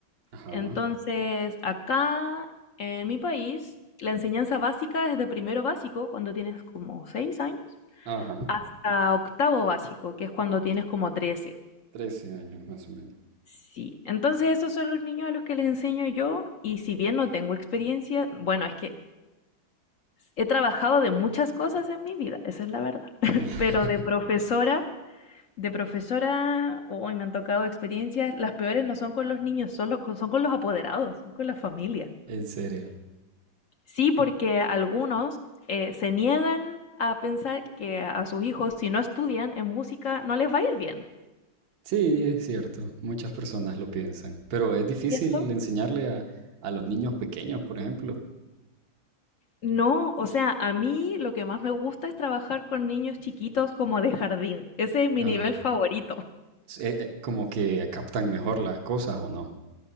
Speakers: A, on the right; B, on the left.
A: Ajá,
B: Entonces, acá en mi país, la enseñanza básica es de primero básico, cuando tienes como seis años,
A: ajá.
B: hasta octavo básico, que es cuando tienes como 13.
A: 13 años más o menos.
B: Sí, entonces esos son los niños a los que les enseño yo y si bien no tengo experiencia, bueno, es que he trabajado de muchas cosas en mi vida, esa es la verdad, <laughs>
A: <laughs>
B: pero de profesora De profesora, hoy me han tocado experiencias, las peores no son con los niños, son, lo- con- son con los apoderados, son con las familias.
A: En serio.
B: Sí, porque algunos eh, se niegan a pensar que a sus hijos, si no estudian en música, no les va a ir bien.
A: Sí, es cierto. Muchas personas lo piensan. Pero es difícil
B: ¿Cierto?
A: enseñarle a, a los niños pequeños, por ejemplo.
B: No, o sea, a mí lo que más me gusta es trabajar con niños chiquitos como de jardín. Ese es mi
A: Ah,
B: nivel favorito.
A: eh, eh, como que captan mejor las cosas o no.